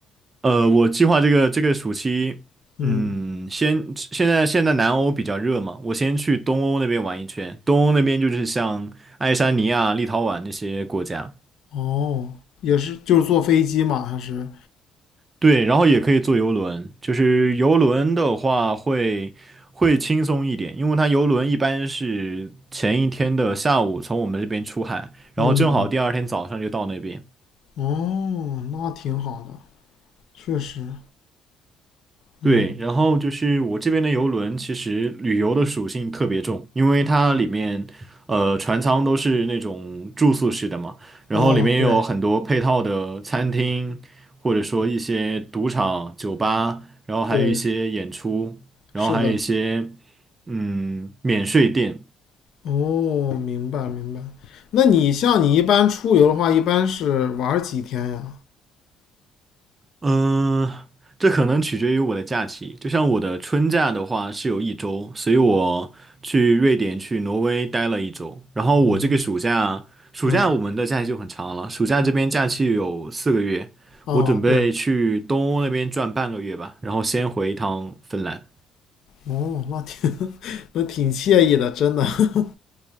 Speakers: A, on the right; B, on the left.
A: 呃，我计划这个这个暑期，
B: 嗯，
A: 嗯，先现在现在南欧比较热嘛，我先去东欧那边玩一圈。东欧那边就是像爱沙尼亚、立陶宛这些国家，
B: 哦，也是，就是坐飞机吗？还是？
A: 对，然后也可以坐游轮。就是游轮的话会会轻松一点，因为它游轮一般是前一天的下午从我们这边出海，然后正好第二天早上就到那边。
B: 嗯，哦，那挺好的，确实。嗯，
A: 对，然后就是我这边的游轮，其实旅游的属性特别重，因为它里面，呃，船舱都是那种住宿式的嘛，然后里面也有很多配套的餐厅，
B: 哦，对
A: 或者说一些赌场、酒吧，然后还有一些演出，
B: 对，
A: 然后还有一些
B: 是的。
A: 嗯免税店，
B: 哦，明白明白。那你像你一般出游的话，一般是玩儿几天呀？
A: 嗯，这可能取决于我的假期。就像我的春假的话是有一周，所以我去瑞典、去挪威待了一周。然后我这个暑假，
B: 嗯
A: 暑假我们的假期就很长了，
B: 嗯，
A: 暑假这边假期有四个月，
B: 哦，
A: 我准备去东欧那边转半个月吧，
B: 对，
A: 然后先回一趟芬兰。
B: 哦，那挺 <laughs> 那挺惬意的，真的。<laughs>